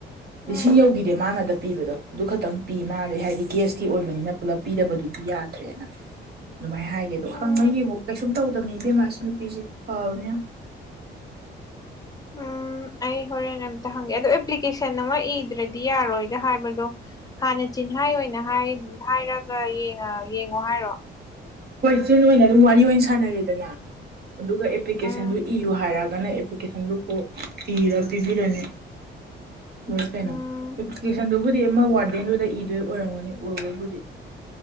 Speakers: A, on the left (about 20°); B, on the right (about 50°).
A: ꯎꯝ
B: ꯂꯤꯁꯤꯡ ꯌꯧꯈꯤꯗꯦ ꯃꯥꯅ ꯑꯗ ꯄꯤꯕꯗꯣ ꯑꯗꯨ ꯈꯛꯇꯪ ꯄꯤ ꯃꯥꯗꯤ ꯍꯥꯏꯗꯤ ꯒꯦꯁꯇꯤ ꯑꯣꯏꯕꯅꯤꯅ ꯄꯨꯂꯞ ꯄꯤꯗꯕꯗꯨꯗꯤ ꯌꯥꯗ꯭ꯔꯦꯅ ꯑꯗꯨꯃꯥꯏꯅ ꯍꯥꯏꯒꯦ ꯑꯗꯣ
A: ꯎꯝ
B: ꯍꯪꯉ ꯌꯦꯡꯉꯣ ꯀꯩꯁꯨꯝ ꯇꯧꯗꯕꯅꯤ ꯏꯕꯦꯝꯃꯥꯥ ꯑꯁꯤ ꯅꯨꯄꯤꯁꯦ ꯐꯥꯕꯅꯦ ꯌꯥꯝ
A: ꯎꯝ ꯑꯩ ꯍꯣꯔꯦꯟ ꯑꯝꯇ ꯍꯪꯒꯦ ꯑꯗꯣ ꯑꯦꯄ꯭ꯂꯤꯀꯦꯁꯟ ꯑꯃ ꯏꯗ꯭ꯔꯗꯤ ꯌꯥꯔꯣꯏ ꯍꯥꯏꯕꯗꯣ ꯍꯥꯟꯅ ꯆꯤꯟꯍꯥꯏ ꯑꯣꯏꯅ ꯍꯥꯏ ꯍꯥꯏꯔꯒ ꯌꯦꯡꯉꯥ ꯌꯦꯡꯉꯣ ꯍꯥꯏꯔꯣ
B: ꯍꯣꯏ ꯆꯤꯟ ꯑꯣꯏꯅ ꯑꯗꯨꯝ ꯋꯥꯔꯤ ꯑꯣꯏꯅ ꯁꯥꯟꯅꯔꯦꯗꯅ ꯑꯗꯨꯒ ꯑꯦꯄ꯭ꯂꯤꯀꯦꯁꯟꯗꯨ
A: ꯎꯝ
B: ꯏꯌꯨ ꯍꯥꯏꯔꯒꯅ ꯀꯣꯛ ꯏꯔꯥ ꯄꯤꯕꯤꯔꯅꯤ ꯂꯣꯏꯔꯦ
A: ꯎꯝ
B: ꯀꯩꯅꯣ ꯕꯨꯗꯤ ꯑꯃ ꯋꯥꯔꯗꯦꯟꯗꯨꯗ ꯏꯗꯣꯏ ꯑꯣꯏꯔꯝꯒꯅꯤ ꯑꯣꯏꯕꯕꯨꯗꯤ